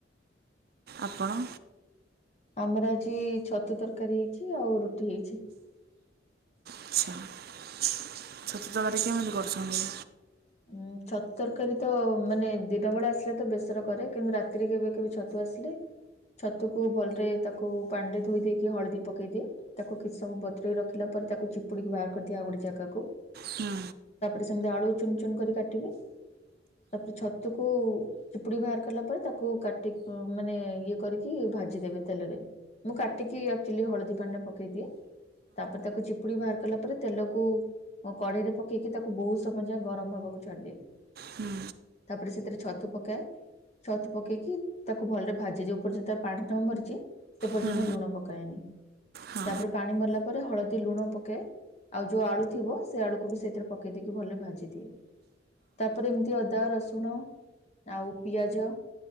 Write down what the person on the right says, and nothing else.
ଆପଣ?
ଆଚ୍ଛା ଛତୁ ତରକାରି କେମିତି କରୁଛନ୍ତି?
ହୁଁ
ହୁଁ
ହୁଁ
ହଁ